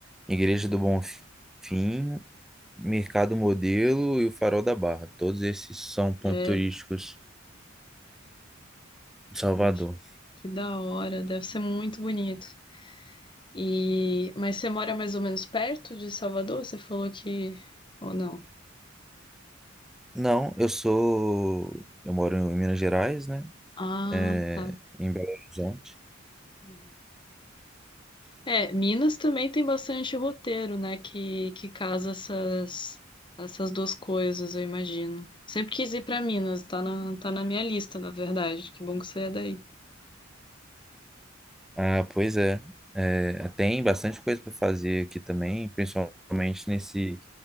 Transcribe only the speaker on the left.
Hum.
É,
pô, que, que da hora, deve ser muito bonito. E, mas você mora mais ou menos perto de Salvador? Você falou que, ou não?
Ah,
tá.
Uhum. É, Minas também tem bastante roteiro, né, que, que casa essas, essas duas coisas, eu imagino. Sempre quis ir pra Minas, tá na, tá na minha lista, na verdade. Que bom que você é daí.